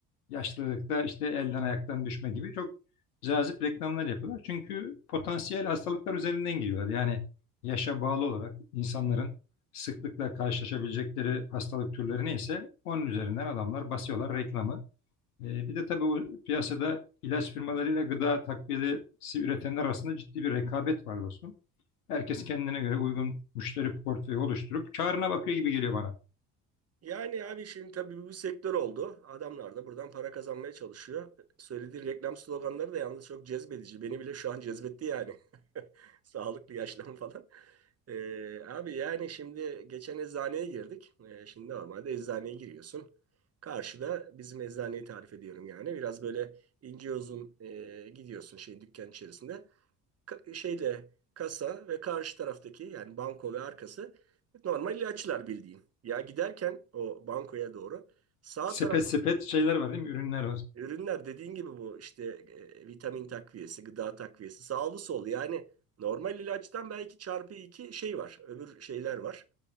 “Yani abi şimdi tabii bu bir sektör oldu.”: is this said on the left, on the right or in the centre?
Right